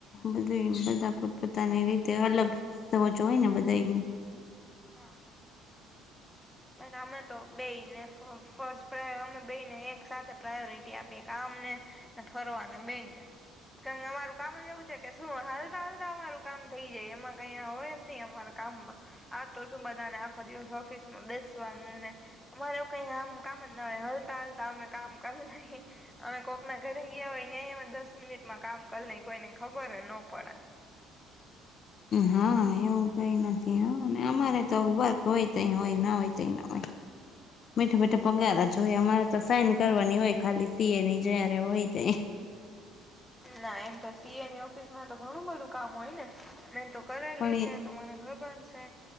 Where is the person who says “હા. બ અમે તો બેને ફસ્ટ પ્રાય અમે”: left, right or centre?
Centre